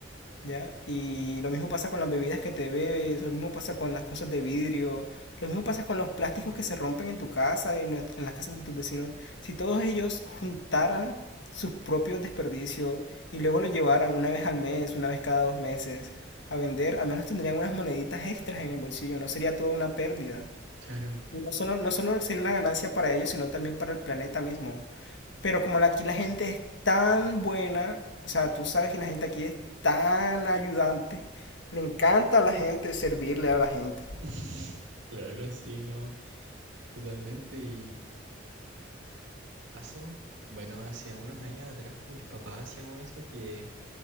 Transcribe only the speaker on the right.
Claro.
<laughs> Claro, sí, no. Totalmente. Y hace un, bueno, hace unos años atrás con mis papás hacíamos eso que